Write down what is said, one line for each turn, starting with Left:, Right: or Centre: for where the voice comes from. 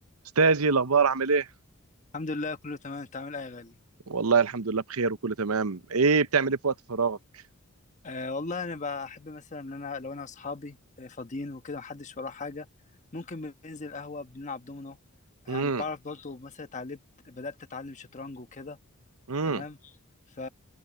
Right: استاذي الاخبار عامل ايه
Left: الحمد لله كله تمام انت عامل ايه يا غالي
Right: والله الحمد لله بخير وكله تمام ايه بتعمل ايه في وقت فراغك
Left: أه والله انا بحب مثلا ان انا لو انا واصحابي آه، فاضيين وكده محدش وراه حاجه ممكن بننزل قهوه بنلعب دومينو
Right: امم
Left: يعني بعرف برضه مثلا اتعلمت بدات اتعلم شطرنج وكده
Right: امم
Left: تمام ف